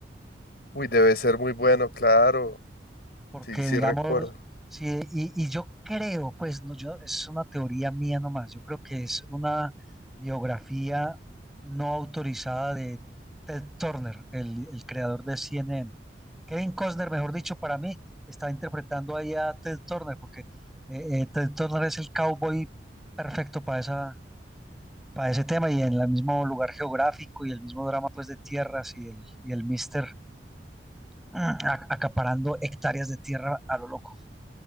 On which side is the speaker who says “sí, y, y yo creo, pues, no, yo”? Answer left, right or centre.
Centre